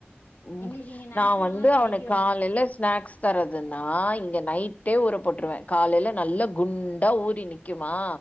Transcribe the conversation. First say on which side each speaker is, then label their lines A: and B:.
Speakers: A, on the left; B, on the left.
A: ம்
B: எங்களுக்கு இங்க நேச்சுரலா
A: நா வந்து அவனுக்கு
B: கெடைக்கு
A: காலையில ஸ்நாக்ஸ் தரதுன்னா இங்க நைட்டே ஊற போட்ருவ காலையில நல்ல குண்டா ஊறி நிக்குமா